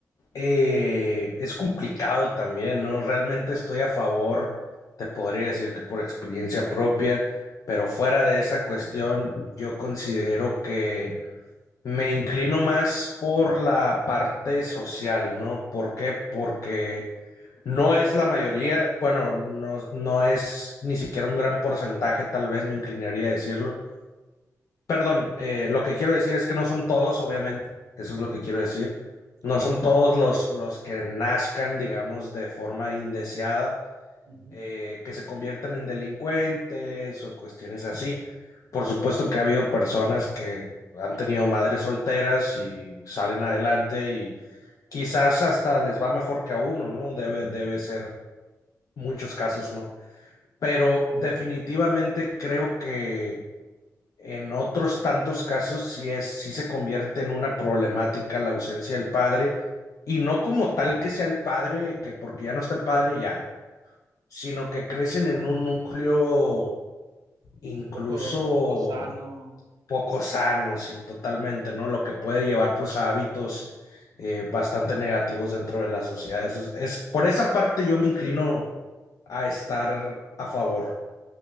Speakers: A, on the left; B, on the right.
A: eh, es complicado también, ¿no? Realmente estoy a favor, te podría decir que por experiencia propia, pero fuera de esa cuestión, yo considero que me inclino más por la parte social, ¿no? ¿Por qué? Porque No es la mayoría, bueno, no, no es ni siquiera un gran porcentaje, tal vez me inclinaría a decirlo. Perdón, eh, lo que quiero decir es que no son todos, obviamente, eso es lo que quiero decir. No
B: Ok.
A: son todos los, los que nazcan, digamos, de forma indeseada,
B: ujú,
A: eh, que se conviertan en delincuentes o cuestiones así. Por supuesto que ha habido personas que han tenido madres solteras y salen adelante y quizás hasta les va mejor que a uno, ¿no? Debe, debe ser muchos casos no. Pero definitivamente creo que en otros tantos casos sí es, sí se convierte en una problemática la ausencia del padre, y no como tal que sea el padre, que porque ya no está el padre ya, sino que crecen en un núcleo incluso
B: Poco, poco sano.
A: poco sanos y totalmente, ¿no? Lo que puede llevar pues a hábitos eh, bastante negativos dentro de la sociedad. Eso es, es- por esa parte yo me inclino a estar a favor.